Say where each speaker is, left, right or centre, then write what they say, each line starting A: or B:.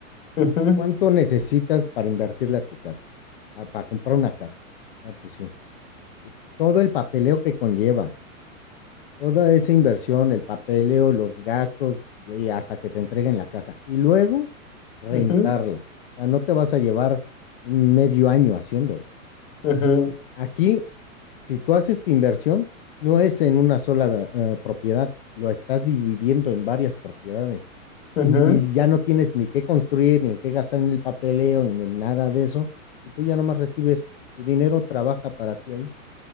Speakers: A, on the left (about 65°); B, on the left (about 45°).
A: ujú,
B: ¿Cuánto necesitas para invertirle a tu casa? Ah, para comprar una casa. Ah, pues sí. Y todo el papeleo que conlleva. Toda esa inversión, el papeleo, los gastos, y hasta que te entreguen la casa. Y luego rentarla.
A: ujú,
B: O sea, no te vas a llevar medio año haciéndolo.
A: ujú,
B: Aquí, si tú haces tu inversión, no es en una sola eh, propiedad, lo estás dividiendo en varias propiedades.
A: ujú.
B: Y, y ya no tienes ni qué construir, ni en qué gastar en el papeleo, ni en nada de eso. Y tú ya nomás recibes tu dinero, trabaja para ti ahí.